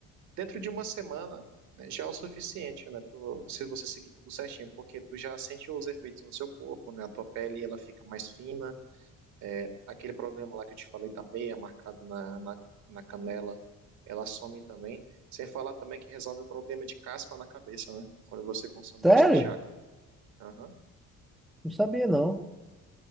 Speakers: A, on the right; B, in the centre.
A: Dentro de uma semana, né, já é o suficiente, né, pro- se você seguir tudo certinho, porque tu já sente os efeitos no seu corpo, né, a tua pele ela fica mais fina, é, aquele problema lá que eu te falei da meia marcada na, na, na canela, ela some também. Sem falar também que resolve o problema de caspa na cabeça, né? Quando você consome
B: Sério?
A: bastante água. Aham,
B: Não sabia, não.